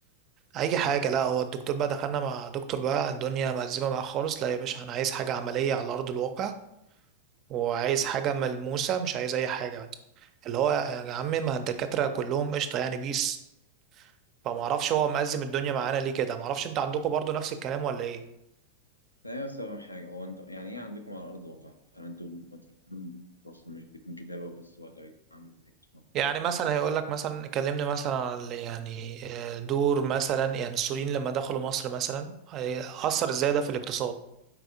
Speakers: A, on the right; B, on the left.
A: اي حاجه لا هو الدكتور بقى دخلنا مع دكتور بقى الدنيا مأزمه معاه خالص لا يا باشا انا عايز حاجه عمليه على ارض الواقع وعايز حاجه ملموسه مش عايز اي حاجه يعني. اللي هو يا عم ما الدكاتره كلهم قشطه يعني بيس فما اعرفش هو مأزم الدنيا معانا ليه كده ما اعرفش انت عندكم برضو نفس الكلام ولا ايه
B: لا يا سامح حاجة هو انت يعني ايه عندكم على أرض الواقع؟ يعني انتوا لما تيجي تعملوا أصلا مش بيكون كتابة بس ولا بيكون عامل ازاي أصلا؟
A: يعني مثلا هيقول لك مثلا كلمني مثلا على يعني آه، دور مثلا يعني السوريين لما دخلوا مصر مثلا هي- اثر ازاي ده في الاقتصاد